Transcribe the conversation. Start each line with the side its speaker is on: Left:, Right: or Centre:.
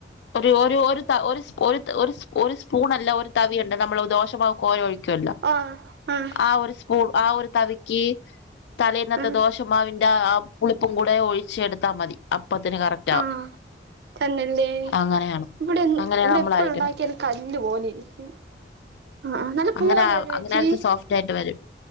Left: ഒരു ഒരു ഒരു ത ഒരു സ് ഒരു ഒരു ഒരു സ്പൂൺ അല്ല ഒരു തവിയുണ്ട് നമ്മള് ദോശമാവ് കോരി ഒഴി ച്ചുവല്ലോ
Right: ആഹ് ആഹ്
Left: ആ ഒരു സ്പൂ ആ ഒരു തവിക്ക് തലയിന്നത്തെ
Right: ആഹ്
Left: ദോഷമാവി ൻ്റെ ആ പുളിപ്പും കൂടെ ഒഴിച്ച് എടുത്താ മതി അപ്പത്തിന് കറക്റ്റ്
Right: ആഹ്
Left: ആവും
Right: തന്നല്ലേ
Left: അങ്ങനെയാണ്
Right: ഇവിടെ
Left: അങ്ങനെയാണ്
Right: ഇവിടെ
Left: നമ്മൾ
Right: എ പ്പളും
Left: അരക്കണെ
Right: ഉണ്ടാക്കിയാലും കല്ല് പോലെയിരിക്കും അ ആഹ് നല്ല
Left: അങ്ങനെ
Right: പൂപോലെ വരോ
Left: അങ്ങനെ
Right: ചേച്ചി
Left: അരച്ച സോഫ്റ്റ് ആയിട്ട് വരും